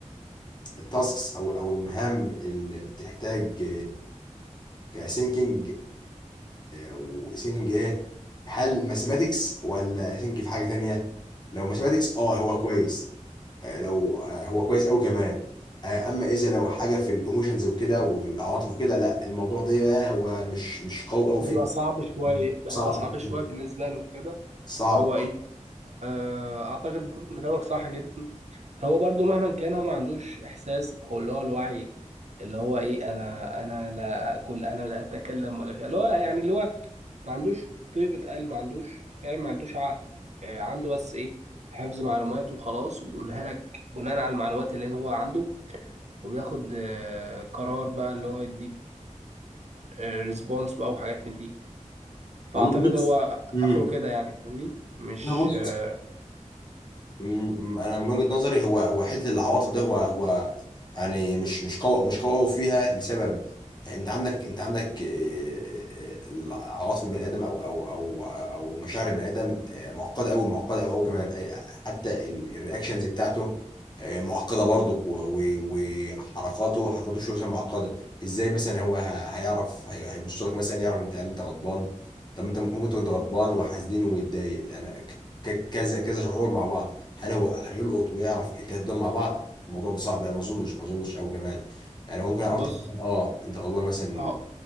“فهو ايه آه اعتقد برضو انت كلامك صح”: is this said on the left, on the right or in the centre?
Right